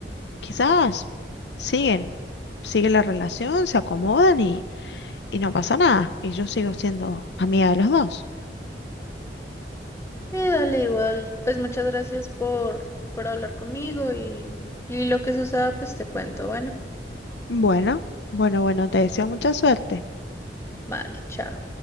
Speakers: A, on the left; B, on the left.
A: Quizás siguen, sigue la relación, se acomodan y, y no pasa nada. Y yo sigo siendo amiga de los dos.
B: Sí, dale igual. Pues muchas gracias por, por hablar conmigo y, y lo que suceda, pues te cuento. Bueno,
A: Bueno, bueno, bueno, te deseo mucha suerte.
B: vale, chao.